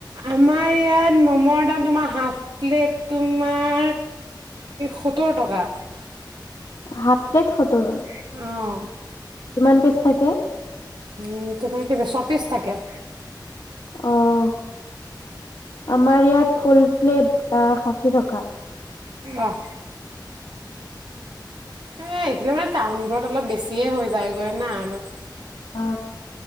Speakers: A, on the right (about 70°); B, on the left (about 65°).
A: আমাৰ ইয়াত মমৰ দাম তোমাৰ হাফ প্লেট তোমাৰ সত্তৰ টকা
B: হাফ প্লেট সোতৰ
A: অ
B: কিমান পিচ থাকে।
A: উ তোমাৰ কি চ্ব পিচ থাকে
B: আহ আমাৰ ইয়াত ফুল প্লেট ষাঠি টকা
A: আহ এ এইফিে মানে টাউনবোৰত অলপ বেছিয়ে হৈ যায়গৈ না আৰু
B: অ